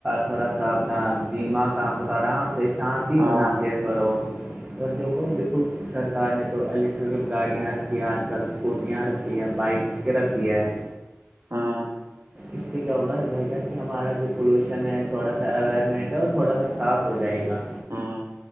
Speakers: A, on the right; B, on the right.
A: تھوڑا سا اپنا دماغ کام کرو آرام سے- شانتی
B: ہاں
A: بنا کے کرو اور جو کو دیکھو- سرکار نے تو الیکٹریکل گاڑیاں رکھی ہیں آج کل اسکوٹیاں رکھی ہے بائک رکھی ہے-
B: ہاں-
A: اس سے کیا ہوگا بھائی جان کہ ہمارا جو پولوشن ہے تھوڑا سا انوائرمنٹ ہے وہ تھوڑا سا صاف ہو جائے گا-
B: ہاں